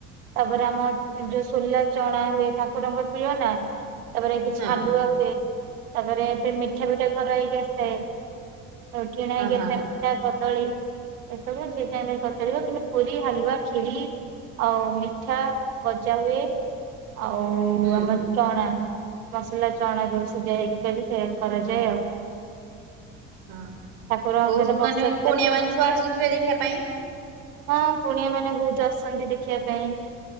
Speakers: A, on the right (about 70°); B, on the right (about 55°).
A: ତାପରେ ଆମ ଯୋଉ ସୋଲା ଚଣା ହୁଏ ଠାକୁରଙ୍କ ପ୍ରିୟନା ତାପରେ କିଛି
B: ହଁ
A: ହାଲୁଆ ହୁଏ। ତାପରେ ଏ ମିଠା ଫିଠା <unintelligible> ବ୍ୟସ୍ତ ହେଇ ରଉ କିଣା
B: ହ
A: ସେ
B: ହ
A: ମିଠା କଦଳୀ ଏସବୁ ସେିଜ କରିଚାରିବ କିନ୍ତୁ ପୁରୀ ହାଲୁଆ ଖିରି ଆଉ ମିଠା ଗଜା ହୁଏ ଆଉ
B: ହୁଁ।
A: ଆମର ଚଣା ମସଲା ଚଣା ଯଉ ସିଝା ହେଇକି ସେଇଆ କରାଯାଏ ଆଉ।
B: ହଁ
A: ଠାକୁରଙ୍କ
B: ହଉସ
A: ସହିତ
B: ମ
A: ବର୍ଷା
B: ମାନେ
A: ଥିଲା
B: କୁଣିଆ ମାନେ ସବୁ ଆସୁଥିବେ ଦେଖିବା ପାଇଁ।
A: ହଁ କୁଣିଆ ମାନେ ବହୁତ ଆସୁଛନ୍ତି ଦେଖିବା ପାଇଁ।